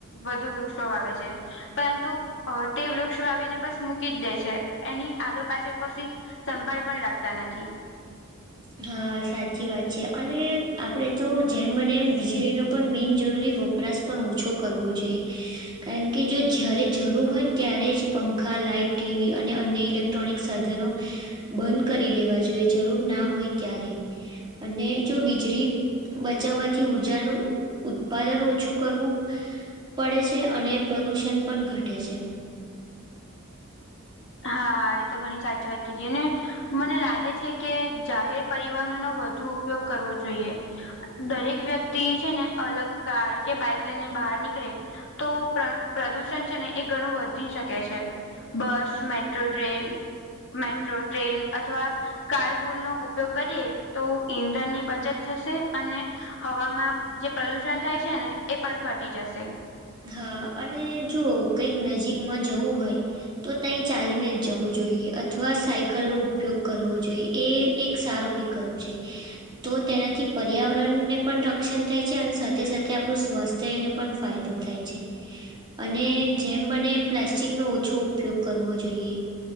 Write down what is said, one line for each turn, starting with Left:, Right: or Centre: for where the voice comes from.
Left: વધુ વૃક્ષો વાવે છે. પરંતુ અ તે વૃક્ષ વાવીને બસ મૂકી જ દે છે, એની આગળ પાછળ કસી સંભાળ પણ રાખતા નથી.
Right: હા સાચી વાત છે, અને આપણેે તો જેમ બને એમ વીજળીનું પણ બિનજરૂરી વ પરાશ પણ ઓછો કરવો જોએ. કારણ કે જો જયારે જરૂર હોય ને ત્યારે જ પંખા, લાાઈટ, ટીવી અને અન્ય ઇલે ટ્રોનિક સાધનો બંધ કરી દેવા જોઈએ જરૂર ના હોય ત્યારે અને જો વીજળી બચાવવાથી ઉર્જાનું ઉત્પાદન ઓછું કરવું પડે છે, અને પ્રદૂષણ પણ ઘટે છે.
Left: હા એ તો ઘણી સાચી વાત કીધી અને મને લાગે છે, કે જાહેર પરિવહનો વધુ ઉપયોગ કરવો જોઈએ. દરેક વ્યક્તિ છે, ને અલગ કાર કે બાઈક લઈને બહાર નીકળે તો પ્ર પ્રદુષણ છે, ને એ ઘણું વધી શકે છે, bus metro train metro train અથવા કાર પુલનો ઉપયોગ કરીએ તો ઈંધણની બચત થશે અને હવામાં જે પ્રદુષણ થાય છે, ને એ પણ ઘટી જશે
Right: હા અને જો કઈક નજીકમાં જવું હોય. તો તઈ ચાલીને જ જવું જોઈએ અથવા સાયકલનો ઉપયોગ કરવો જો એ એક સારો વિકલ્પ છે. તો તેનાથી પર્યાવરણને પણ રક્ષણ થાય છે, અન સાથે સાથે આપણું સ્વાસ્થ્યને પણ ફાયદો થાય છે, અને જેમ બને એમ પ્લાસ્ટિકનો ઓછો ઉપયોગ કરવો જોઈએ.